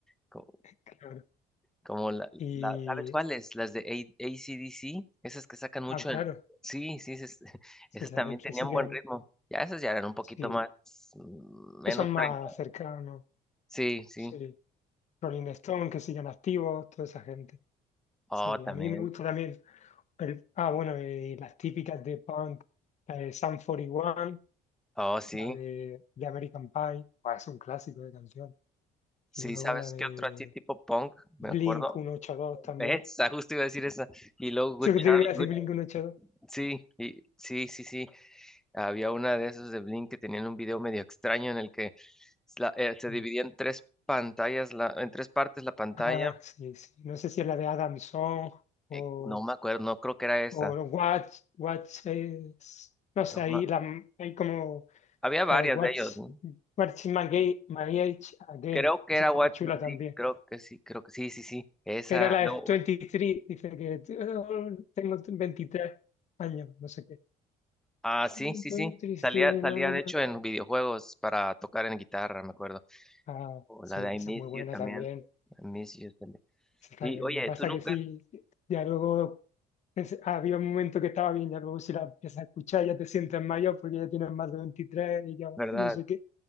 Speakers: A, in the centre; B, on the left.
A: co-
B: Claro.
A: Como, la,
B: Y,
A: la- ¿sabes cuáles? Las de A- AC/DC, esas que sacan mucho
B: ah, claro,
A: en... Sí, sí, esas, <laughs>
B: sí,
A: esas
B: esa
A: también
B: gente
A: tenían
B: siguen,
A: buen ritmo. Ya esas ya eran un poquito
B: sí,
A: más, mm, menos
B: que son más
A: tranquilas.
B: cercanos,
A: Sí, sí.
B: sí. Rolling Stone, que siguen activos, toda esa gente.
A: Oh,
B: Sí,
A: también.
B: a mí me gusta también. el- ah, bueno, y las típicas de punk, la de Sum 41,
A: Oh, sí.
B: la de, de American Pie, bah, es un clásico de canción.
A: Sí,
B: Y luego
A: ¿sabes
B: la de
A: qué otro así tipo punk? Me
B: Blink
A: acuerdo.
B: 182
A: <laughs>
B: también.
A: Esa, justo iba a decir esa. Y luego Good
B: <laughs> ¿Tú qué te
A: Charlie.
B: iba a decir
A: Good-
B: Blink 182?
A: Sí, y- sí, sí, sí. Había una de esos de Blink que tenían un video medio extraño en el que la- eh, se
B: Sí.
A: dividía en tres pantallas, la, en tres partes la pantalla.
B: Ah, sí, sí. No sé si es la de Adam Song o,
A: Eh, no me acuerdo, no creo que era esa.
B: o Watch, Watch es- No sé,
A: No
B: ahí
A: ma-
B: la, hay como
A: Había varias
B: la de Watch,
A: de ellos, ¿no?
B: Watch My Ga- My Age Again.
A: Creo que
B: Esa
A: era
B: estaba
A: What,
B: chula también.
A: sí, creo que sí, creo que sí, sí, sí. Esa,
B: que Era la
A: luego,
B: de 23, dice que "Oh, tengo veintitrés años, no sé qué.
A: ah, sí,
B: "I'm
A: sí,
B: 23,
A: sí. Salía,
B: na,
A: salía
B: na,
A: de
B: na".
A: hecho en videojuegos para tocar en guitarra, me acuerdo.
B: Ah,
A: O
B: sí,
A: la de I
B: esa
A: Miss
B: es muy buena
A: You también.
B: también.
A: I Miss You también.
B: Esa está
A: Y
B: bien.
A: oye,
B: Lo que pasa
A: tú nunca,
B: que sí, ya luego es- había un momento que estaba bien, ya luego si la empiezas a escuchar ya te sientes mayor porque ya tienes más de 23 y ya
A: ¿verdad?
B: no sé qué.